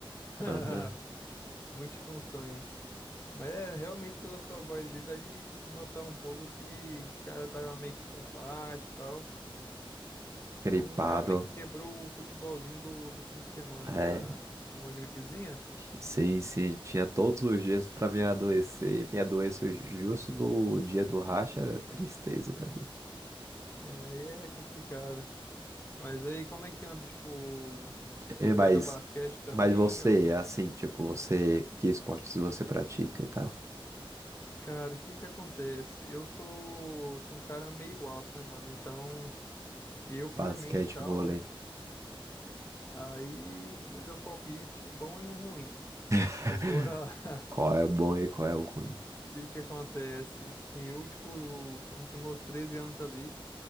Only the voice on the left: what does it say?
<laughs>
Multifunções. Mas é realmente pela sua voz aí, dá de notar um pouco que o cara tava meio que pra baixo e tal.
Então já meio que quebrou o futebolzinho do, do fim de semana,
essa uma gripezinha.
É, aí é complicado. Mas aí como é que anda? Tipo, supor
que
joga basquete também?
Ou...
Cara, o que que acontece? Eu sou, sou um cara meio alto, né, mano? Então, eu por
mim e tal,
aí você deu um palpite bom e um ruim.
Mas bora lá. <laughs>
O que que acontece? Eu, tipo, quando tinha meus 13 anos ali.